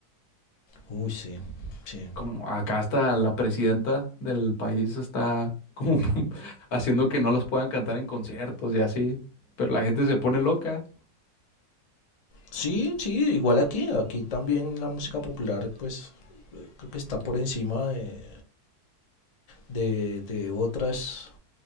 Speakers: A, on the left; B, on the left.
A: uy, sí, sí,
B: como acá hasta la presidenta del país está como <laughs> haciendo que no los puedan cantar en conciertos y así, pero la gente se pone loca.
A: Sí, sí, igual aquí, aquí también la música popular, pues creo que está por encima de, de, de otras,